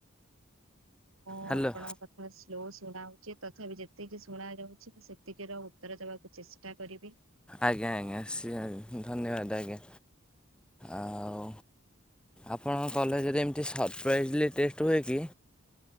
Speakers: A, on the right; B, in the centre.
A: ହଁ
B: ହ୍ୟାଲୋ
A: ଆପଣଙ୍କ କଥା ସୁ ସ୍ଲୋ ଶୁଣାଉଚି ତଥାପି ଯେତିକି ଶୁଣା ଯାଉଚି ମୁଁ ସେତିକି ର ଉତ୍ତର ଦେବାକୁ ଚେଷ୍ଟା କରିବି।
B: ଆଜ୍ଞା ଆଜ୍ଞା ସେ ଧନ୍ୟବାଦ ଆଜ୍ଞା। ଆଉ। ଆପଣଙ୍କ କଲେଜରେ ଏମିତି ସରପ୍ରାଇଜଲି ଟେଷ୍ଟ ହୁଏ କି?